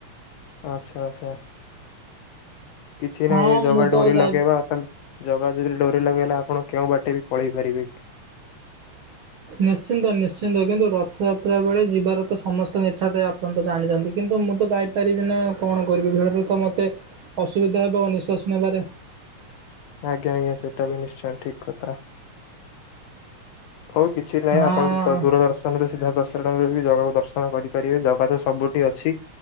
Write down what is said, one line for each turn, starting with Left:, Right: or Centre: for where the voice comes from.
Left: ଆଚ୍ଛା ଆଚ୍ଛା। କିଛି
Right: ହଁ
Left: ନାହିଁ ଏ ଜଗା
Right: ମୁଁ ତ
Left: ଡୋରି
Right: ଆଉ ଯାଇ
Left: ଲଗେଇବା ତାର ଜଗା ଯଦି ଡୋରି ଲଗେଇଲା ଆପଣ କେଉଁ ବାଟେ ବି ପଳେଇ ପାରିବେ।
Right: ନିଶ୍ଚିନ୍ତ ନିଶ୍ଚିନ୍ତ କିନ୍ତୁ ରଥଯାତ୍ରା ବେଳେ ଯିବାର ତ ସମସ୍ତଙ୍କ ଇଚ୍ଛା ଥାଏ ଆପଣ ତ ଜାଣିଛନ୍ତି କି ନ୍ତୁ ମୁଁ ତ ଯାଇପାରିବିନି ନା ଆଉ କଣ କରିବି ଭିଡରେ ତ ମତେ ଅସୁବିଧା ହେବ ନିଶ୍ଵାସ ନେବାରେ।
Left: ଆଜ୍ଞା ଆଜ୍ଞା ସେଟା ବି ନିଶ୍ଚୟ ଠିକ କଥା। ହୋଉ କିଛି ନାହିଁ
Right: ହଁ।
Left: ଆପଣ ତ ଦୂରଦର୍ଶନରେ ସିଧା ଦର୍ଶନ ରେ ବି ଜଗା କୁ ଦ ର୍ଶନ କରିପାରିବେ ଜଗା ତ ସବୁଠି ଅଛି